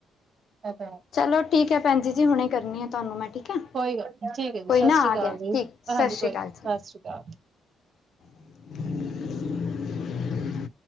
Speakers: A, on the right; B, on the left.
A: ਐ ਤਾਂ ਹੈ।
B: ਚਲੋ ਠੀਕ ਹੈ ਭੈਣ ਜੀ ਜੀ, ਹੁਣੇ ਕਰਨੀ ਆ ਤੁਆਨੂੰ ਮੈਂ ਠੀਕ ਐ।
A: ਕੋਈ ਗੱਲ ਨੀ ਠੀਕ ਹੈ ਜੀ
B: ਕੋਈ
A: ਸਤਿ
B: ਨਾ
A: ਸ੍ਰੀ ਅਕਾਲ
B: ਆ ਗਿਆ
A: ਜੀ
B: ਠੀਕ।
A: ਹਾਂਜੀ,
B: ਸਤਿ ਸ਼੍ਰੀ
A: ਕੋਈ
B: ਅਕਾਲ
A: ਨਈ
B: ਜੀ।
A: ਸਤ ਸ਼੍ਰੀ ਅਕਾਲ।
B: <inaudible>